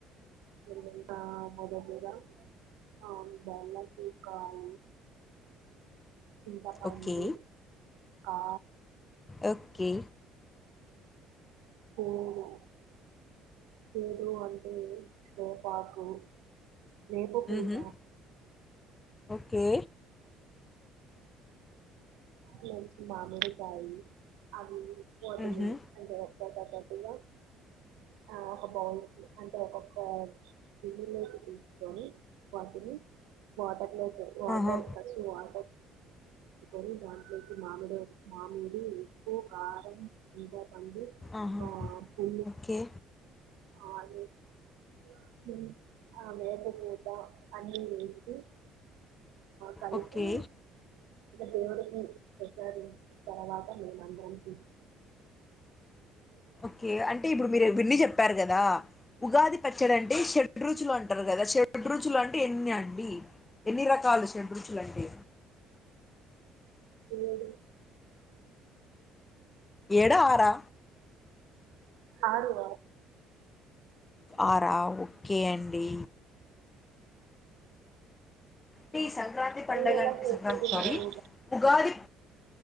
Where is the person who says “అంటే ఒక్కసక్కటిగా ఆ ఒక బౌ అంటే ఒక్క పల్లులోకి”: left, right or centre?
Right